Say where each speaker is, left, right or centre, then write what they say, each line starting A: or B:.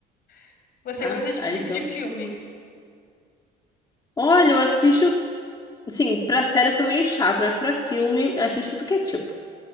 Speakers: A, on the left; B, on the left.
A: <laughs> Você
B: Ah,
A: gosta de
B: aí
A: que tipo de filme?
B: Olha, eu assisto, assim, pra série eu sou meio chata, mas pra filme eu assisto tudo que é tipo.